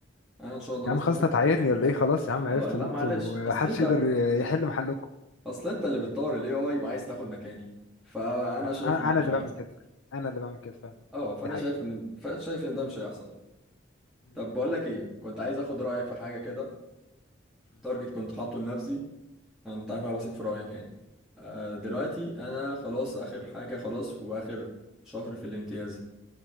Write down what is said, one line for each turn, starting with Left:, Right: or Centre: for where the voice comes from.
Centre: انا ان شاء الله
Left: يا
Centre: باذن
Left: عم خلاص
Centre: الله
Left: انت تعايرني ولا ايه خلاص يا عم عرفت
Centre: اه لا
Left: ان انتوا
Centre: معلش اصل
Left: محدش
Centre: انت
Left: يقدر يحل محلكم
Centre: اصل انت اللي بتطور الاي اي وعايز تاخد مكاني فانا
Left: انا
Centre: شايف ان ده
Left: انا
Centre: مش
Left: اللي
Centre: هيحصل
Left: بعمل كده انا اللي بعمل كده فعلا
Centre: اه فانا
Left: دي حقيقه
Centre: شايف ان شايف ان ده مش هيحصل
Left: م-
Centre: طب بقول لك ايه كنت عايز اخد رايك في حاجه كده
Left: م-
Centre: تارجت كنت حاطه لنفسي انا انت عارف انا واثق في رايك يعني آه دلوقتي
Left: م-
Centre: انا خلاص اخر حاجه خلاص واخر شهر في الامتياز